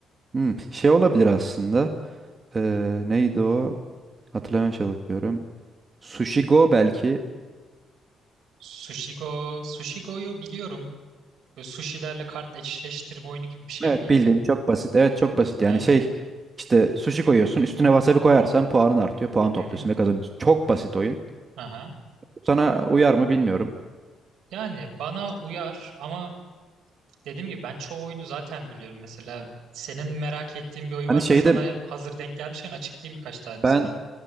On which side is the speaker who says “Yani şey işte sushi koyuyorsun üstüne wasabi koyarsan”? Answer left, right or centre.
Right